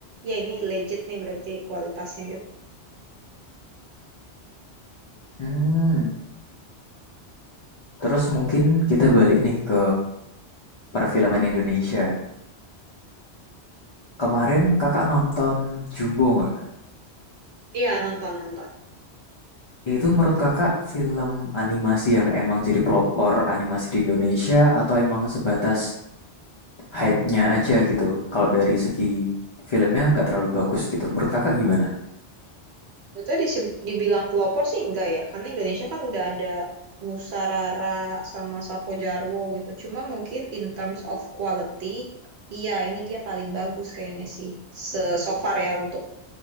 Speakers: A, on the right; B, on the left.
A: ya ini legit nih berarti kualitasnya gitu.
B: Hmm, terus mungkin kita balik nih ke perfilman Indonesia. Kemarin kakak nonton Jumbo nggak?
A: Iya, nonton-nonton.
B: Itu menurut kakak film animasi yang emang jadi pelopor animasi di Indonesia atau emang sebatas hype-nya aja gitu? Kalau dari segi filmnya nggak terlalu bagus gitu. Menurut kakak gimana?
A: Itu disi- dibilang pelopor sih enggak ya, karena Indonesia kan udah ada Nusa Rara sama Sapo Jarwo gitu. Cuma mungkin in terms of quality, iya ini dia paling bagus kayaknya sih. Se so far ya untuk